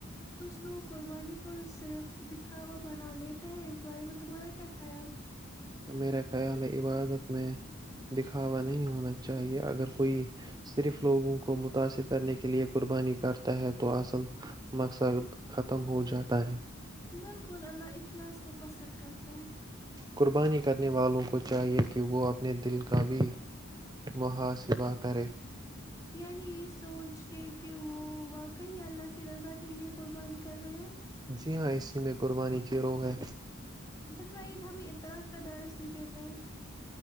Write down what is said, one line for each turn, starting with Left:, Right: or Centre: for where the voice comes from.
Left: کچھ لوگ قربانی کو صرف دکھاوا بنا لیتے ہیں اس بارے میں تمہارا کیا خیال ہے
Right: میرا خیال ہے عبادت میں دکھاوا نہیں ہونا چاہیے اگر کوئی صرف لوگوں کو متاثر کرنے کے لئے قربانی کرتا ہے تو اصل مقصد ختم ہو جاتا ہے
Left: بالکل اللہ اخلاص کو پسند کرتے ہیں
Right: قربانی کرنے والوں کو چاہیے کہ وہ اپنے دل کا بھی محاسبہ کرے
Left: یعنی یہ سوچ کے کہ وہ واقعی اللہ کی رضا کے لیے قربانی کر رہے ہیں
Right: جی ہاں اسی میں قربانی کی روح ہے
Left: بقرا عید ہمیں اتحاد کا درس بھی دیتا ہے